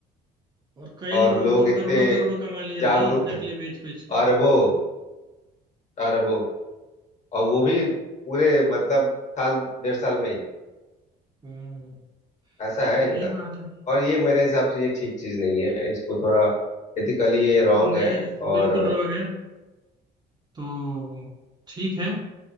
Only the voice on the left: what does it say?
और
लोग
इतने
जागरूक
हैं
अरबों अरबों और वो भी पूरे मतलब साल डेढ़ साल में ही
ऐसा है
इनका
और ये मेरे हिसाब से ये ठीक चीज नहीं है इसको थोड़ा एथिकली ये रॉन्ग
है और
अ,